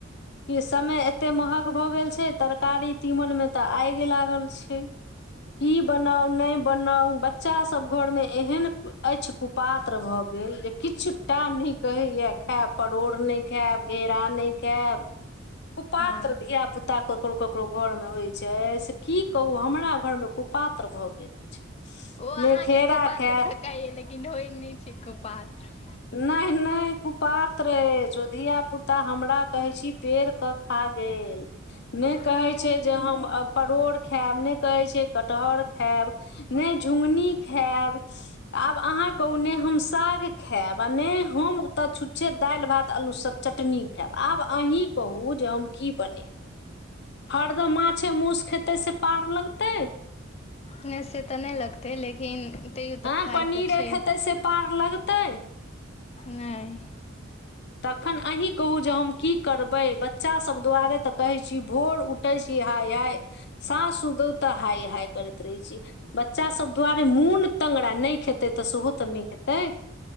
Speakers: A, on the left; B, on the left.
A: क समय एते महग भए गेल छै तरकारी तीमन में तऽ आगि लागल छै की बनाउ नहि बनाउ बच्चासभ घरमे एहन अछि कुपात्र भऽ गेल जे किछुटा नहि कहैए खायब परोड़ नहि खायब घेरा नहि खायब कुपात्र
B: हँ
A: धिया पुता ककरो ककरो घरमे होइ छै से की कहू हमरा घरमे कुपात्र भऽ गेल अछि।
B: ओ
A: ने
B: अहाँके
A: घेरा
B: कुपात्र
A: खायत
B: धकाये लेकिन होइ नै छै कुपात्र।
A: नहि नहि कुपात्र अछि ओ धियापुता हमरा कहै छी पेड़क खा गेल नहि
B: ह
A: कहै छै जे हम अ परोड़ खायब नहि कहै छै कटहर खायब। नहि झुङ्गनी खायब आब अहाँ कहू नै हम साग खायब आ नहि हम तऽ छुच्छे दालि भात आल्लूसँ चटनी खायब आब अहीँ कहू जे हम की बनेब हरदम माछे मूस खेतै से पार लगतै।
B: नहि से तऽ नहि लगतै लेकिन तैयो तऽ
A: आँ
B: खाइ
A: पनीरे
B: तऽ छै
A: खेतै से पार लगतै।
B: नहि।
A: तखन अही कहू जे हम की करबै बच्चा सब दुआरे तऽ कहै छी भोर उ टै छी हाय-हाय सांस सुतु तऽ हाय-हाय करैत रहै छी। बच्चा सभ दुआरे मून तंगरा नहि खेतै त सेहो तऽ नहि हेतै।